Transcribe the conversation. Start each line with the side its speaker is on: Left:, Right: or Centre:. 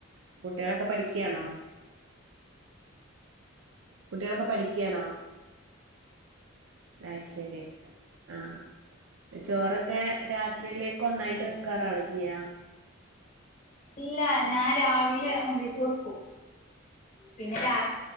Right: കുട്ടികളൊക്കെ പഠിക്ക്യാണോ കുട്ടികളൊക്കെ പഠിക്ക്യാണോ അയ് ശരി ആഹ് ചോറൊക്കെ രാത്രിയിലേ ക്കൊന്നായിട്ട്
Left: ഉം
Right: വെക്കാറാണോ ചെയ്യാ
Left: ഇല്ല ഞാൻ രാവിലെ ഒന്നിച്ച് വെക്കും പിന്നെ രാത്